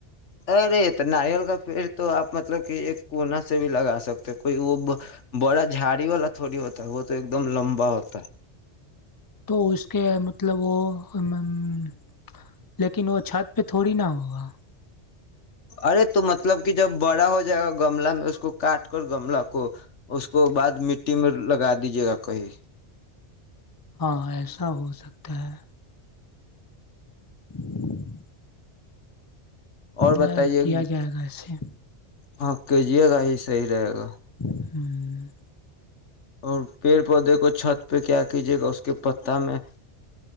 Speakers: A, on the left; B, on the left.
A: ارے تو ناریل کا پیڑ تو آپ مطلب کہ ایک کونا سے بھی لگا سکتے کوئی وہ بڑا جاڑی گ ن <unintelligible> تھوڑی ہوتا ہے وہ تو ایک دم لمبا ہوتا ہے <unintelligible>
B: تو اس کے مطب مطلب وہ <unintelligible> لیکن وہ چھت پہ تھوڑی نہا ہوگا <unintelligible>
A: ارے تو مطلب کہ <unintelligible> جب بڑا ہو جائے گا گملہ میں اس کو کاٹ کر گملہ کو <unintelligible> اس کو بعد مٹی میں لگا دیجیے گا کہی <unintelligible>
B: ہاں ایسا ہو سکتا ہے <unintelligible> <inaudible>
A: اور بتائیے
B: ہاں کیا جائے گا ایے
A: ہاں کہجیے گا ہی صحیح رہے گا <unintelligible>
B: ہوں <unintelligible>
A: اور پیڑ پودے کو چھت پہ کیا کیجیے گا اس کے پتا میں